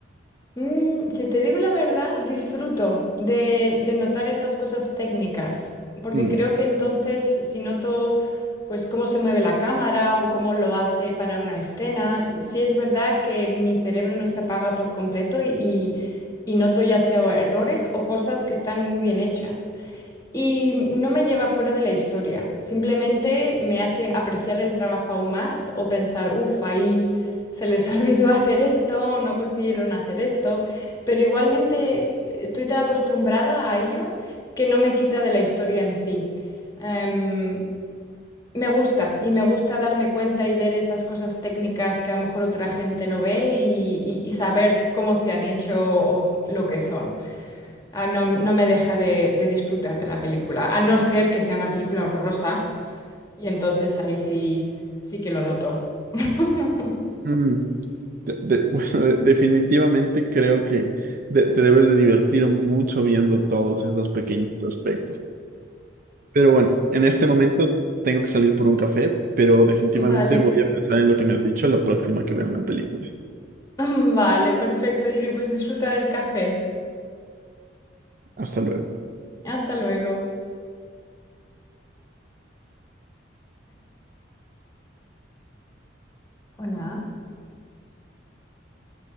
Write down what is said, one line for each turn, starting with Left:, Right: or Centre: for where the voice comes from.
Left: Mm, si te digo la verdad, disfruto de, de notar esas cosas técnicas, porque
Right: Mm,
Left: creo que entonces si noto pues cómo se mueve la cámara o cómo lo hace para una escena, sí es verdad que mi cerebro no se apaga por completo y, y y noto ya sea errores o cosas que están muy bien hechas. Y no me lleva fuera de la historia, simplemente me hace apreciar el trabajo aún más o pensar, uff, ahí se les <laughs> olvidó hacer esto, no consiguieron hacer esto, pero igualmente estoy tan acostumbrada a ello que no me quita de la historia en sí. Em, me gusta y me gusta darme cuenta y ver esas cosas técnicas que a lo mejor otra gente no ve y, y- y saber cómo se han hecho o lo que son. Ah, no, no me deja de, de disfrutar de la película, a no ser que sea una película horrorosa, y entonces ahí sí, sí que lo noto. <laughs>
Right: Mm, de- de- <laughs> bueno, de- definitivamente creo que de- te debes de divertir mucho viendo todos esos pequeños aspectos. Pero bueno, en este momento tengo que salir por un café, pero definitivamente
Left: Vale,
Right: voy a pensar en lo que me has dicho la próxima que vea una película.
Left: <laughs> vale, perfecto, Yuri, pues disfruta del café.
Right: Hasta luego.
Left: Hasta luego. Hola,